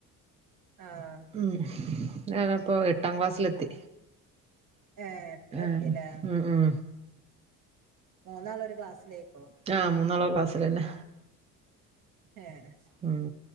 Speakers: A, on the right; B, on the right.
A: ആഹ്
B: ഉം ഞാനപ്പോ എട്ടാം ക്ലാസ്സിലെത്തി
A: ഏഹ് എട്ടിലെത്തില്ലേ
B: ആണ് ഉം ഉം
A: മൂന്നാളൊരു ക്ലാസ്സിലേയ്ക്കു
B: ആഹ് മൂന്നാളൊള്ക്ലാസ്സിലെന്നെ
A: ഏഹ്
B: ഉം